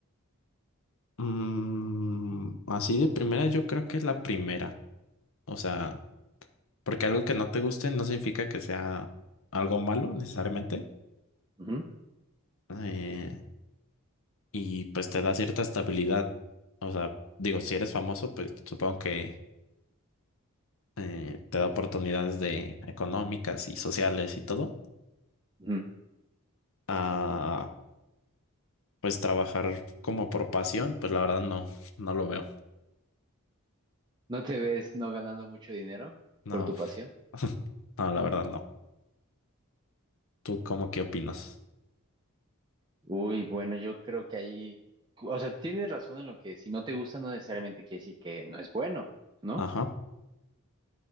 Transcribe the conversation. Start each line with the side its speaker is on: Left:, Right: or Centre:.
Left: Mm, así de primera, yo creo que la primera. O sea, porque algo que no te guste no significa que sea algo malo necesariamente.
Right: Ujú,
Left: Eh, y pues te da cierta estabilidad. O sea, digo, si eres famoso, pues supongo que eh, te da oportunidades de económicas y sociales y todo.
Right: ujú.
Left: a pues trabajar como por pasión, pues la verdad no, no lo veo.
Right: ¿No te ves no ganando mucho dinero
Left: No,
Right: por tu pasión?
Left: <laughs> no, la verdad no. ¿Tú cómo qué opinas?
Right: Uy, bueno, yo creo que ahí, o sea, tienes razón en lo que si no te gusta no necesariamente quiere decir que no es bueno, ¿no?
Left: Ajá,